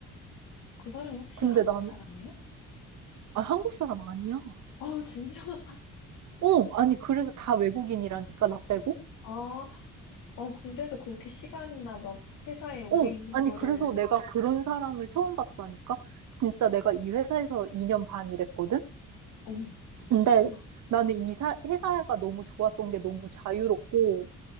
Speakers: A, on the left (about 85°); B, on the right (about 70°).
A: 그 사람 혹시
B: 근데
A: 한국
B: 나는
A: 사람이에요?
B: 아, 한국 사람 아니야.
A: 아, 진짜? <laughs>
B: 어, 아니 그래서 다 외국인이라니까 나 빼고.
A: 아, 어, 근데도 그렇게 시간이나 막 회사에 오래
B: 어,
A: 있는
B: 아니
A: 거를,
B: 그래서 내가 그런 사람을 처음 봤다니까. 진짜 내가 이 회사에서 2년 반 일했거든.
A: 응,
B: 근데
A: 아,
B: 나는 이 사- 회사가 너무 좋았던 게 너무 자유롭고